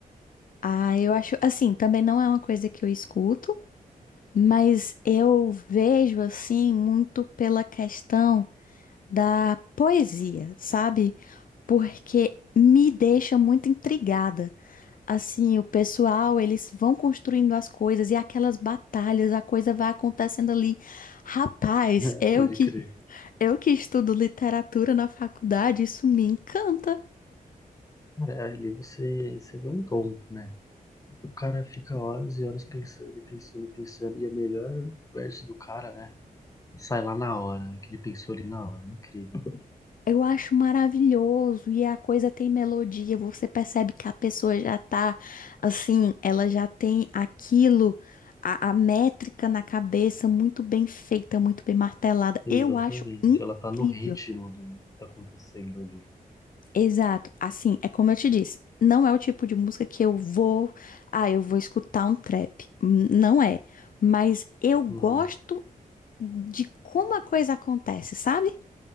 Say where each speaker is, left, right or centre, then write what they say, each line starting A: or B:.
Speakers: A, on the left; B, on the left.
A: Ah, eu acho, assim, também não é uma coisa que eu escuto, mas eu vejo, assim, muito pela questão da poesia, sabe? Porque me deixa muito intrigada. Assim, o pessoal, eles vão construindo as coisas e aquelas batalhas, a coisa vai acontecendo ali. Rapaz,
B: <laughs>
A: eu
B: Pode
A: que
B: crer.
A: eu que estudo literatura na faculdade, isso me encanta.
B: Cara, ali você, você vê um tom, né? O cara fica horas e horas pensando e pensando e pensando, e a melhor verso do cara, né? Sai lá na hora, que ele pensou ali na hora, é incrível.
A: Eu acho maravilhoso e a coisa tem melodia, você percebe que a pessoa já tá assim, ela já tem aquilo, a, a métrica na cabeça muito bem feita, muito bem martelada.
B: Exatamente,
A: Eu acho incrível.
B: ela tá no ritmo do que tá acontecendo ali.
A: Exato. Assim, é como eu te disse, não é o tipo de música que eu vou, ah, eu vou escutar um trap. N- Não é, mas eu gosto
B: Uhum.
A: de como a coisa acontece, sabe?